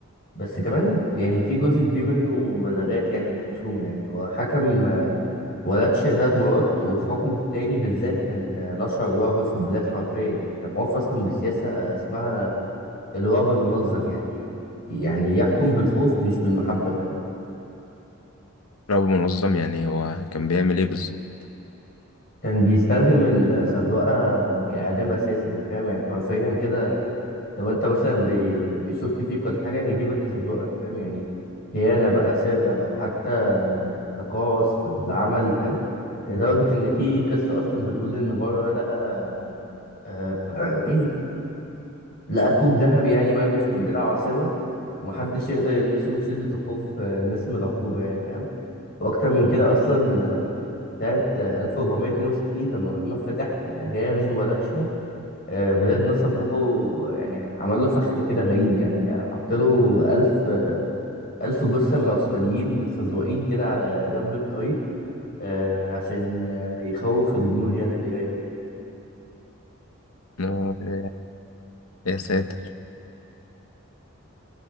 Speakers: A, on the left; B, on the left.
A: بس كمان يعني في جزء كبير منه مبالغات يعني من خصومه يعني هو حكم آه، ولاتشيا ثلاث مرات وفي حكمه التاني بالذات كان آه، نشر الرعب في البلاد حرفيا يعني كان معروف اصلا بسياسة اسمها الرعب المنظم يعني يعني يحكم بالخوف مش بالمحبة فاهم
B: رغم منظم يعني هو كان بيعمل ايه بالظبط
A: كان بيستخدم الخزوقة كإعدام أساسي يعني فاهم يعني حرفيا كده لو انت مثلا بي... بيشك فيك ولا حاجه يجيبك يخزوقك فاهم يعني خيانه بقى سرقه او حتى تقاعس في العمل فاهم لدرجه ان في قصه اصلا بتقول ان مره لقى آه، <clears throat> لقى كوب ذهبي يعني مرمي في مدينه عاصمه ومحدش يقدر يلمسه من شدة الخوف آه، الناس من العقوبة يعني فاهم وأكتر من كده أصلا آه، سنة آه، 1462 لما محمد فتح آه، جاي يغزو ولاتشيا آه، بلاد نصب له يعني عمل له فخ كده غريب يعني حط له 1000 ألف جثة من العثمانيين متخزوقين كده على جنب الطريق آه، عشان آه، يخوف الجنود يعني اللي جاية
B: آه، يا ساتر